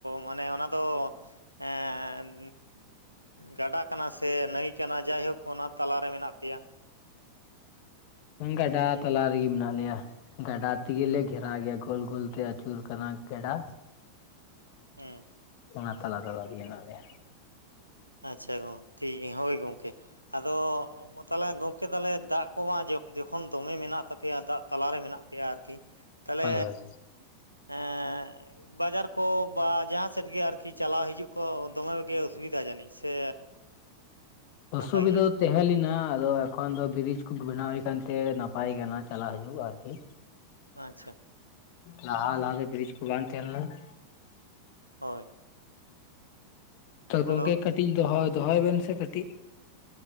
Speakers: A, on the right (about 85°); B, on the left (about 45°).
A: ᱢᱟᱱᱮ ᱚᱱᱟᱫᱚ ᱮᱸᱻ...... ᱜᱟᱰᱟ ᱠᱟᱱᱟ ᱥᱮ ᱱᱟᱹᱭ ᱠᱟᱱᱟ ᱡᱟᱭᱦᱳᱠ ᱚᱱᱟ ᱛᱟᱞᱟᱨᱮ ᱢᱮᱱᱟᱜ ᱯᱮᱭᱟ
B: ᱜᱟᱰᱟ ᱛᱟᱞᱟ ᱨᱮᱜᱮ ᱢᱮᱱᱟᱜ ᱞᱮᱭᱟ ᱜᱟᱰᱟ ᱛᱮᱜᱮᱞᱮ ᱜᱷᱮᱨᱟᱣ ᱜᱮᱭᱟ ᱜᱚᱞ ᱜᱚᱞ ᱛᱮ ᱟᱹᱪᱩᱨ ᱟᱠᱟᱱᱟ ᱜᱟᱰᱟ
A: ᱦᱮᱸ
B: ᱚᱱᱟ ᱛᱟᱞᱟ ᱛᱟᱞᱟ ᱜᱮ ᱢᱮᱱᱟᱜ ᱞᱮᱭᱟ
A: ᱟᱪᱪᱷᱟ ᱜᱚᱝᱠᱮ ᱴᱷᱤᱠ ᱜᱮᱭᱟ ᱦᱳᱭ ᱜᱚᱢᱠᱮ ᱟᱫᱚ ᱚ ᱢᱟ ᱛᱟᱦᱚᱞᱮ ᱜᱚᱢᱠᱮ ᱛᱟᱦᱚᱞᱮ ᱫᱟᱜ ᱠᱚᱢᱟ ᱡᱚᱠᱷ... ᱡᱚᱠᱷᱚᱱ ᱫᱚᱢᱮ ᱢᱮᱱᱟᱜ ᱛᱟᱯᱮᱭᱟ ᱫᱟᱜ ᱛᱟᱞᱟᱨᱮ ᱢᱮᱱᱟᱜ ᱯᱮᱭᱟ ᱟᱨᱠᱤ ᱛᱟᱦᱚᱞᱮ
B: ᱦᱳᱭ ᱦᱳᱭ
A: ᱮᱸᱻ ᱵᱟᱡᱟᱨ ᱠᱚ ᱵᱟ ᱡᱟᱦᱟᱸ ᱥᱮᱫ ᱜᱮ ᱟᱨᱠᱤ ᱪᱟᱞᱟᱣ ᱦᱤᱡᱩᱜ ᱠᱚ ᱫᱚᱢᱮᱜ ᱜᱮ ᱚᱥᱩᱵᱤᱫᱷᱟ ᱡᱟᱹᱱᱤᱡ ᱥᱮ ᱱᱟᱯᱟᱭ
B: ᱚᱥᱩᱵᱤᱫᱷᱟ...
A: ᱜᱮᱭᱟ
B: ᱛᱮᱦᱮᱸ ᱞᱮᱱᱟ ᱟᱫᱚ ᱮᱠᱷᱚᱱ ᱫᱚ ᱵᱨᱤᱡᱽ ᱠᱚ ᱵᱮᱱᱟᱣ ᱦᱩᱭ ᱟᱠᱟᱱ ᱛᱮ ᱱᱟᱯᱟᱭ ᱟᱠᱟᱱᱟ ᱪᱟᱞᱟᱣ ᱦᱤᱡᱩᱜ ᱟᱨᱠᱤ
A: ᱟᱪᱪᱷᱟ
B: ᱞᱟᱦᱟ ᱞᱟᱦᱟ ᱫᱚ ᱵᱨᱤᱡ ᱠᱚ ᱵᱟᱝ ᱛᱟᱦᱮᱸ ᱞᱮᱱᱟ
A: ᱦᱚᱭ
B: ᱛᱚ ᱜᱚᱢᱠᱮ
A: ᱟᱫᱚ
B: ᱠᱟᱹᱴᱤᱡ ᱫᱚᱦᱚ... ᱫᱚᱦᱚᱭ ᱵᱮᱱ ᱥᱮ ᱠᱟᱹᱴᱤᱡ